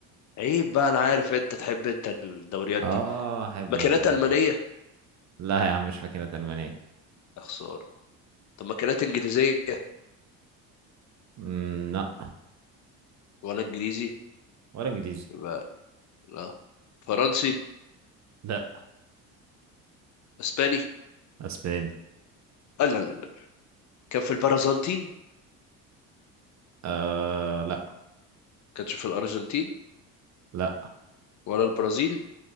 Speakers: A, on the left; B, on the right.
A: عيب بقى انا عارف انت تحب انت الدوريات
B: اه
A: دي
B: احب
A: مكانات
B: انا الدوريات
A: المانية
B: دي لا يا عم مش فاكرة ألمانية
A: يا خسارة طب مكانات انجليزية
B: أمم، لا
A: ولا انجليزي
B: ولا انجليزي
A: يبقى لا فرنسي
B: لا
A: اسباني
B: اسباني
A: آه، لا لا لا لا. كان في البرازنتين
B: آه لا
A: كانش في الارجنتين
B: لا
A: ولا البرازيل